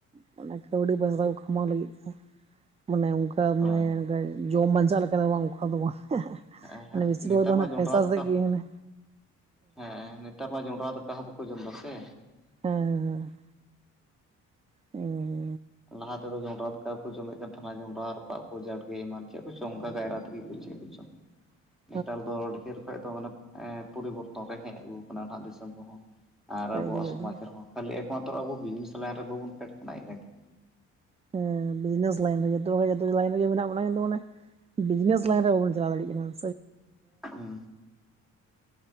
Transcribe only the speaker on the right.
ᱢᱟᱱᱮ ᱠᱟᱹᱣᱲᱤ ᱵᱟᱧᱪᱟᱣ ᱠᱟᱢᱟᱣ ᱞᱟᱹᱜᱤᱫ ᱛᱮ ᱢᱟᱱᱮ ᱚᱱᱠᱟ ᱢᱟᱱᱮ
ᱡᱟᱢ ᱵᱟᱧᱪᱟᱜ ᱞᱮᱠᱟ ᱫᱚ ᱵᱟᱝᱼᱟ <unintelligible>
ᱢᱟᱱᱮ
ᱵᱮᱥᱤᱨ
ᱵᱷᱟᱜᱽ ᱫᱚ
ᱯᱟᱭᱥᱟ
ᱥᱮᱫ ᱜᱮ ᱢᱟᱱᱮ
ᱦᱮᱸ ᱦᱮᱸ ᱦᱮᱸ ᱾ ᱦᱮᱸ ᱦᱮᱸᱻᱻᱻᱻ
<inaudible>
ᱦᱮᱸ
ᱮᱠᱫᱚᱢ ᱮᱠᱫᱚᱢ
ᱦᱮᱸ᱾ ᱵᱤᱡᱽᱱᱮᱥ ᱞᱟᱭᱤᱱ ᱨᱮ ᱡᱚᱛᱚ ᱠᱷᱚᱡ ᱡᱚᱛᱚ ᱞᱟᱭᱤᱱ ᱨᱮᱜᱮ ᱢᱮᱱᱟᱜ ᱵᱚᱱᱟ ᱠᱤᱱᱛᱩ ᱢᱟᱱᱮ ᱵᱤᱡᱽᱱᱮᱥ ᱞᱟᱭᱤᱱ ᱨᱮ ᱵᱟᱵᱚᱱ ᱪᱟᱞᱟᱣ ᱫᱟᱲᱮᱭᱟᱜ ᱠᱟᱱᱟ